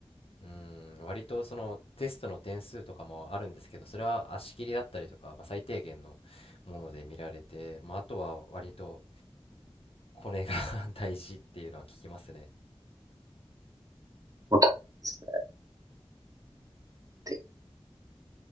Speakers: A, on the left (about 65°); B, on the right (about 35°).
A: うん、割とそのテストの点数とかもあるんですけど、それは足切りだったりとか、まあ、最低限のもので見られて、まあ、あとは割とコネが <laughs> 大事っていうのは聞きますね。
B: もう大変ですねっていう